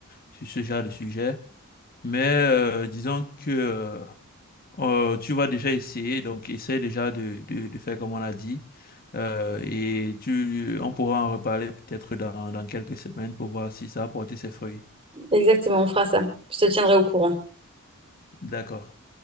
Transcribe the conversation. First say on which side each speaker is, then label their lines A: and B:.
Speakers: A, on the left; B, on the right.
A: sur ce genre de sujet. Mais euh, disons que... euh, Euh, tu vas déjà essayer, donc essaie déjà de, de, de faire comme on l'a dit. Euh, et tu, on pourra en reparler peut-être dans, dans quelques semaines pour voir si ça a porté ses fruits.
B: Exactement, on fera ça. Je te tiendrai au courant.
A: D'accord.